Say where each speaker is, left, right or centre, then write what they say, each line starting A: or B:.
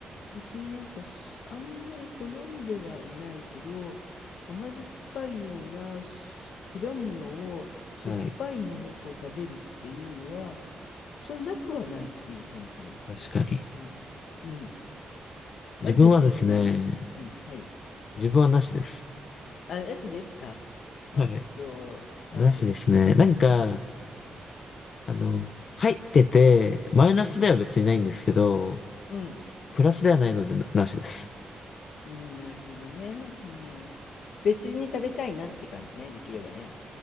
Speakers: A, on the left; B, on the left.
A: 別になんかすあんまり好んではいないけど甘酸っぱいようなす果物をしょっぱいものと食べるっていうのは
B: はい。
A: そんなくはないっていう感じです。
B: 確かに。
A: うん。うん。
B: 自分はですね、
A: 割と柔軟。うん。はい。
B: 自分はなしです。
A: あ、なしですか。あ、
B: はい。
A: そう。
B: なしですね。
A: はい。
B: なんか、
A: うん。
B: あの、入ってて、マイナスでは別にないんですけど、
A: うん。
B: プラスではないのでな、なしです。
A: うん。なるほどね。うん。別に食べたいなって感じね。できればね。